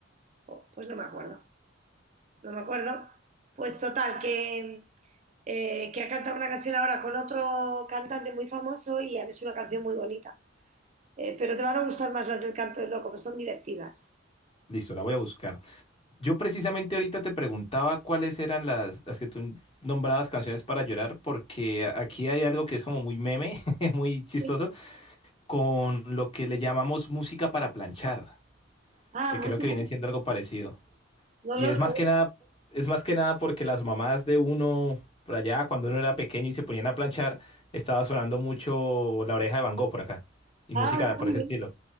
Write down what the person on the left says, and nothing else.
Listo, la voy a buscar. Yo precisamente ahorita te preguntaba cuáles eran las, las que tú nombrabas canciones para llorar, porque a- aquí hay algo que es como muy meme, <laughs> muy chistoso,
con lo que le llamamos música para planchar,
que creo
que viene siendo algo parecido.
Y
es
más que nada, es más que nada porque las mamás de uno, por allá, cuando uno era pequeño y se ponían a planchar, estaba sonando mucho La Oreja de Van Gogh por acá, y
música por
ese estilo.